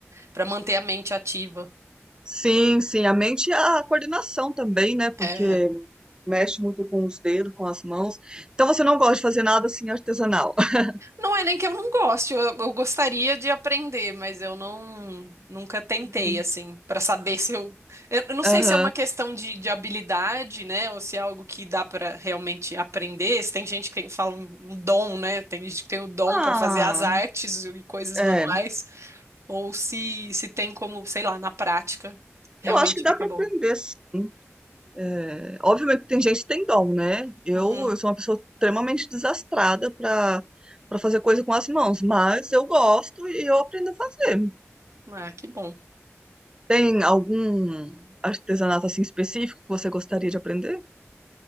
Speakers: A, on the right (about 75°); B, on the right (about 15°).
A: para manter a mente ativa.
B: Sim, sim, a mente e a coordenação também, né? Porque
A: É.
B: mexe muito com os dedos, com as mãos. Então você não gosta de fazer nada assim artesanal. <laughs>
A: Não é nem que eu não goste, eu, eu gostaria de aprender, mas eu não nunca tentei
B: Uhum.
A: assim para saber se eu, eu não sei
B: Aham.
A: se é uma questão de, de habilidade, né, ou se é algo que dá para realmente aprender. Se tem gente que fala um um dom, né? Tem gente que tem o dom
B: Ah,
A: para fazer as artes e coisas
B: é.
A: manuais, ou se se tem como, sei lá, na prática realmente
B: Eu acho que dá
A: fica
B: para
A: bom.
B: aprender. sim. É, obviamente que tem gente que tem dom, né? Eu,
A: Uhum.
B: eu sou uma pessoa extremamente desastrada para para fazer coisa com as mãos, mas eu gosto e eu aprendo a fazer.
A: Ah, que bom.
B: Tem algum artesanato assim específico que você gostaria de aprender?